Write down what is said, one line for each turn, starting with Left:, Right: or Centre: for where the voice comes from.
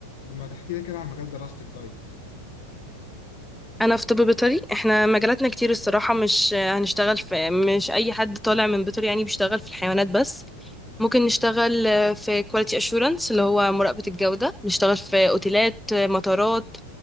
Left: طب ما تحكي لي كده عن مجال دراستك طيب
Centre: انا في طب بيطري احنا مجالاتنا كتير الصراحه مش هنشتغل في مش اي حد طالع من بيطري يعني بيشتغل في الحيوانات بس ممكن نشتغل في كواليتي اشورنس اللي هو مراقبه الجوده نشتغل في اوتيلات مطارات